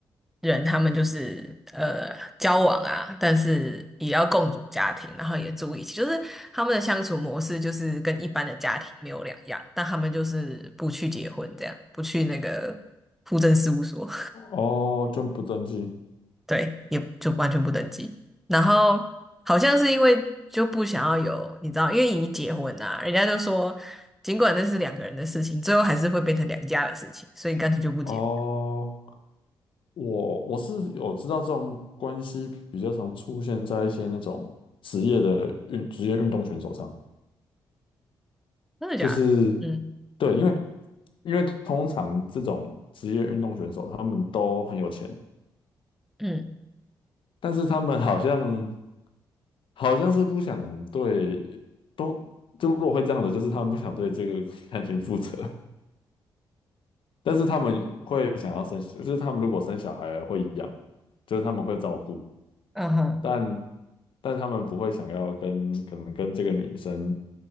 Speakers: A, in the centre; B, on the left.
A: 人，他们就是呃交往啊，但是也要共组家庭，然后也住一起，就是他们的相处模式就是跟一般的家庭没有两样，但他们就是不去结婚，这样不去那个户政事务所。
B: 哦，就不登记
A: 对，也就完全不登记。然后好像是因为就不想要有，你知道，因为已结婚啊，人家就说，尽管那是两个人的事情，最后还是会变成两家的事情，所以干脆就不结婚
B: 哦。我我是有知道这种关系比较常出现在一些那种职业的运职业运动选手上。
A: 真的假的？
B: 就是
A: 嗯
B: 对，因为因为通常这种职业运动选手他们都很有钱，
A: 嗯
B: 但是他们好像好像是不想对都就如果会这样的，就是他们不想对这个 <laughs> 感情负责，但是他们会想要生，就是他们如果生小孩了会养，就是他们会照顾，
A: 嗯哼，
B: 但但他们不会想要跟可能跟这个女生